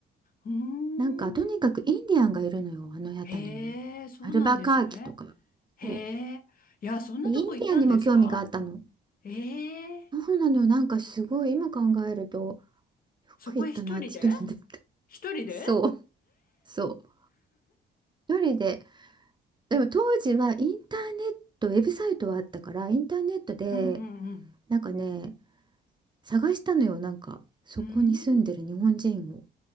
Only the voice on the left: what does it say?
うん。
うーん、
へえ、そうなんですね。
へえ、
いや、そんなとこ行ったんですか
ええ、
そこへ一人で一人で
うんうんうん。
うーん。